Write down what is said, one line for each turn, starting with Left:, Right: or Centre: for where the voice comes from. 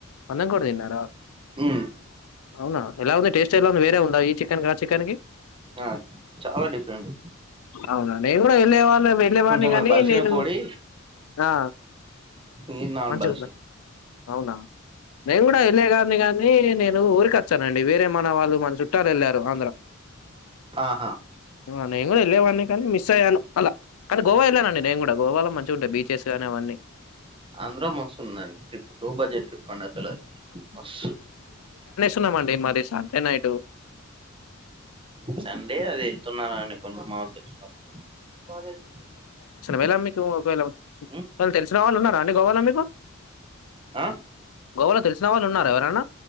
Left: పందెం కోడి తిన్నారా
Right: ఉ
Left: అవునా ఎలా ఉంది టేస్ట్ ఎలా ఉంది వేరే ఉందా ఈ చికెన్ కి ఆ చికెన్ కి
Right: ఆ చాలా డిఫరెంట్
Left: అవునా నేను గుడా వెళ్లేవా <unintelligible> వెళ్ళేవాన్ని
Right: కొంచెం
Left: గాని
Right: అది బలిసిన
Left: నేను
Right: కోడి
Left: ఆ
Right: ఇది నాన్
Left: మంచి
Right: బలిసిన
Left: గుందా అవునా నేను కూడా వెళ్ళ గాన్ని కాని నేను ఊరిక అండి వేరే మన వాళ్ళు మన చుట్టాలు ఎళ్ళారు ఆంధ్ర
Right: ఆహా
Left: ఆ నే ను వెళ్ళవాడినె కానీ మిస్ అయ్యాను అలా కానీ గోవా వెళ్ళానండి నేను కూడా గోవాలో మంచి డ బీచెస్ కానీ అవన్నీ
Right: ఆంధ్ర మస్తు ఉందండి ట్రిప్ లో బడ్జెట్ ట్రిప్ అండి అసలు మస్తు
Left: వున్నామండి మరి సండె నైటు
Right: సండే అది వెళ్తున్నారా అని <unintelligible>
Left: వేళ మీకు ఒకవేళ
Right: ఉమ్,
Left: ఎవరన్న తెలిసిన వాళ్ళు ఉన్నారా అండి గోవాల మీకు
Right: ఆ
Left: గోవాలో తెలుస్ తెలిసినవాళ్ళు ఉన్నారు ఎవరన్నా